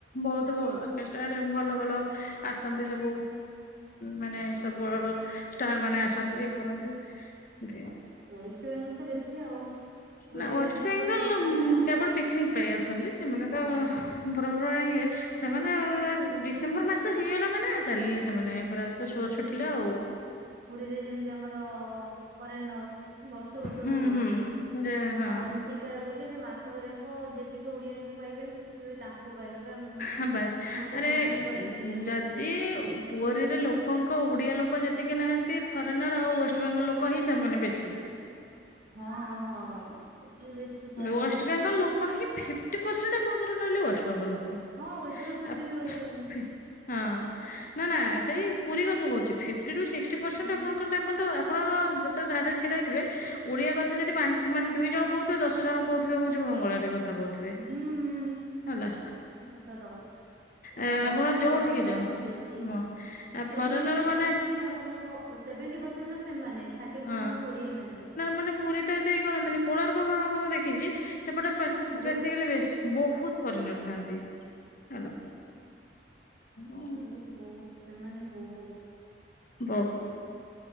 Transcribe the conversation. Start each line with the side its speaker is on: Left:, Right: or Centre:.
Left: ବହୁତ ଅର୍କେଷ୍ଟାର୍ ଭଲ ଭଲ ଆସନ୍ତି ସବୁ। ମାନେ ସବୁ ଷ୍ଟାର ମାନେ ଆସନ୍ତି ଇଏ କରନ୍ତି ଏମତି ଆଉ
Right: ୱେଷ୍ଟବେଙ୍ଗଲ ତ ବେଶୀ ଆଉ। ପୁରୀରେ
Left: ନା ୱେଷ୍ଟ
Right: ବି
Left: ବେଙ୍ଗଲ
Right: ତ ସେଇଆ ନା
Left: କେବଳ ପିକ୍ ନିକ୍ ପାଇଁ ଆସନ୍ତି ସେମାନେ
Right: ହଁ।
Left: ତ ପର୍ବପର୍ବାଣି ଇଏ ସେମାନେ ଡିସେମ୍ବର ମାସ ହେଇଗଲା ମାନେ ଚାଲିଲେ ସେମାନେ ପୁରା ତ
Right: ହୁଁ
Left: ସୋ ଛୁଟିଲା ଆଉ।
Right: ପୁରୀରେ ଯେମିତି ଆମର ଫରେନର୍ ବର୍ଷ ବର୍ଷ
Left: ହୁଁ
Right: ଧରି ରହୁଛନ୍ତି।
Left: ହୁଁ ଯେ ହଁ।
Right: ଆଉ ଏମିତି କହିବାକୁ ଗଲେ ଏବେ ମାସକ ଯାଙ୍କ ଯେତିକି ଓଡିଆଙ୍କୁ ପାଇବେନି, ସେତିକି ବି ତାଙ୍କୁ ପାଇବେ। ପୁରା
Left: ହଁ ବାସ୍
Right: ହୋଟେଲ
Left: ଆରେ
Right: ବୁକିଂ କରିକି
Left: ଉଁ,
Right: ରହିଥିବେ।
Left: ଯଦି ପୁରୀରେ ଲୋକଙ୍କ ଓଡିଆ ଲୋକ ଯେତିକି ନାହାନ୍ତି, ଫରେନର୍ ଆଉ ୱେଷ୍ଟବେଙ୍ଗୋଲ ଲୋକ ହିଁ ସେମାନେ ବେଶୀ।
Right: ହଁ ହଁ ସେଠି ବେଶୀ ଫରେନର୍।
Left: ୱେଷ୍ଟବେଙ୍ଗଲ ଲୋକ ହିଁ ଫିପ୍ ଫିଫ୍ଟୀ ପରସେଣ୍ଟ ଆପଣଙ୍କର ରହିଲେ ୱେଷ୍ଟବେଙ୍ଗୋଲ ଲୋକ।
Right: ହଁ ୱେଷ୍ଟବେଙ୍ଗୋଲ ସେଠି
Left: ଆ
Right: ବି ହଉଛନ୍ତି।
Left: ଫି- ହଁ ନା ନା ସେଇ ପୁରୀ କଥା କହୁଚି, ଫିପ୍ଟି ରୁ ସିକ୍ଟୀ ପରସେଣ୍ଟ
Right: ହୁଁ
Left: ଆପଣଙ୍କର ଦେଖନ୍ତୁ ଆପଣ ଯେତେବେଳେ ଧାଡି ରେ ଛିଡ଼ା ହେଇଥିବେ ଓଡିଆ କଥା ଯଦି ପାଞ୍ଚ ମାନେ ଦୁଇ ଜଣ କହୁଥିବେ, ଦଶ ଜଣ କହୁଥିବେ ହଉଛି ବଙ୍ଗଳାରେ କଥା କହୁଥିବେ।
Right: ହୁଁ।
Left: ହେଲା।
Right: <unintelligible>
Left: ଏ,
Right: ଫରେନର୍
Left: ଆପଣ ଯୋଉଠିକି
Right: ବଙ୍ଗାଳୀ
Left: ଯାଅ
Right: ମାନେ ବେଶୀ।
Left: ହଁ
Right: ସେଭେଣ୍ଟି
Left: ଫରେନର
Right: ପରସେଣ୍ଟ
Left: ମାନେ
Right: ହଉଛି ଚି ଆମର ସେଭଣ୍ଟି ପରସେଣ୍ଟ ସେମାନେ। ଥାର୍ଟି ପରସେଣ୍ଟ
Left: ହଁ
Right: ଓଡିଆ ମାନେ।
Left: ମାନେ ପୁରୀ ତ ଏତେ ଏଇ କରନ୍ତିନି କୋଣାର୍କ ମୁଁ ଦେଖିଛି
Right: ହୁଁ
Left: ସେପଟେ। <unintelligible>
Right: ହୁଁ ବହୁତ
Left: ବହୁତ୍ ଫରେନର ଥାନ୍ତି। ହେଲା। ଉଁ,
Right: ବହୁତ ବହୁତ ସେମାନେ ବହୁତ।
Left: ବ